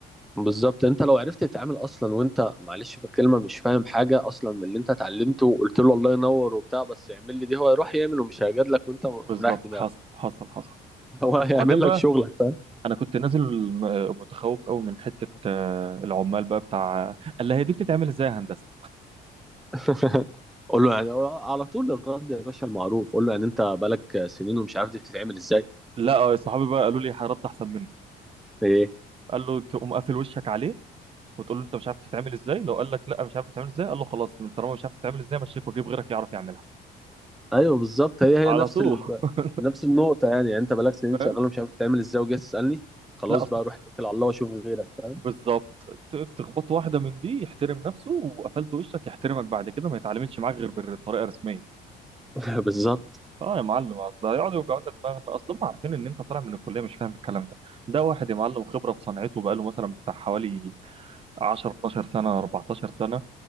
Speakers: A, in the centre; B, on the right (about 35°).
A: بالظبط انت لو عرفت تتعامل اصلا وانت معلش في الكلمه مش فاهم حاجه اصلا من اللي انت اتعلمته وقلت له الله ينور وبتاع بس اعمل لي دي هو يروح يعمل ومش هيجادلك لك وانت
B: بالظبط
A: مريح دماغك
B: حصل حصل حصل
A: <laughs> هو هيعمل
B: وبعدين بقى
A: لك شغلك فاهم
B: انا كنت نازل م- متخوف قوي من حته آه، العمال بقى بتاع قال لي هي دي بتتعمل ازاي يا هندسه
A: <laughs> قول له يعني هو على طول الرد يا باشا المعروف قول له يعني انت بالك سنين ومش عارف دي بتتعمل ازاي
B: لا آه، صحابي بقى قالوا لي هرد احسن منه
A: ايه
B: قال له تقوم قافل وشك عليه وتقول له انت مش عارف تتعمل ازاي لو قال لك لا مش عارف تتعمل ازاي قال له خلاص طالما مش عارف تتعمل ازاي مشيك وجيب غيرك يعرف يعملها
A: ايوه بالظبط هي هي
B: على
A: نفس
B: طول
A: ال...
B: <laughs>
A: نفس النقطه يعني. يعني انت بالك سنين
B: فاهم
A: شغال ومش عارف بتتعمل ازاي وجاي تسالني خلاص
B: لا اصل
A: بقى روح اتكل على الله واشوف غيرك فاهم
B: بالظبط ت- تخبط واحده من دي يحترم نفسه وقفلت وشك يحترمك بعد كده ما يتعاملش معاك غير بالطريقه الرسميه
A: <laughs> بالظبط
B: اه يا معلم اصل هيقعدوا يوجعوا لنا دماغنا اصل هم عارفين ان انت طالع من الكليه مش فاهم الكلام ده ده واحد يا معلم خبره في صنعته بقاله مثلا بتاع حوالي 10 12 سنه 14 سنه